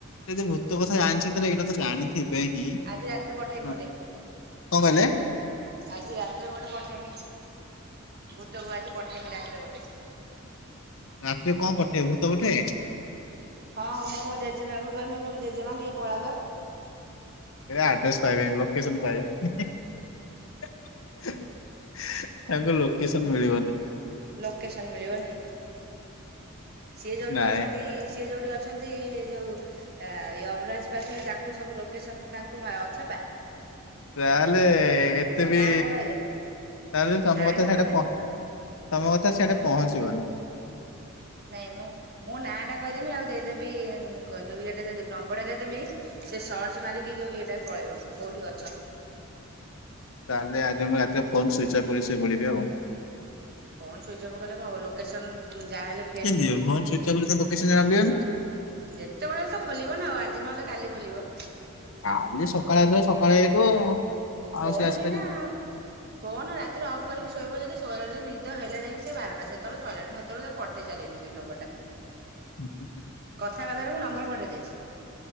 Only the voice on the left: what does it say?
ଯଦି ଭୂତ କଥା ଜାଣିଛି ତାହେ ଏଇଟା ତ ଜାଣିିନି। ଥିବେ ହିଁ ହ
କଣ
କହିଲେ?
ରାତିରେ କଣ ପଠେଇ ଭୂତ ପଠେଇବେ?
ଏ ଆଡ୍ରେସ ପାଇବେ ଲୋକେସନ ପାଇବେ। <unintelligible> ତାଙ୍କ ଲୋକେସନ ମିଳିବନି।
ନାଇଁ
ତାହେଲେ ଏତେ ବି
ତାହେଲେ ତମ
କଥା
ସେଠାହ
ତମ କଥା ସେଇଆଟେ ପହଞ୍ଚିଭ ବନି।
ତାହେଲେ ଆଜି ମୁଁ ରାତିରେ ଫୋନ ସୁଇଚ୍ ଅଫ୍ କରି ଶୋଇ ପଡିବି ଆଉ।
<unintelligible>
କାଲି ସକାଳେ ଆସିବ ସକାଳେ ହେଇଥିବ ଆଉ।
ସେ ଆସିପାରିବେ
<inaudible>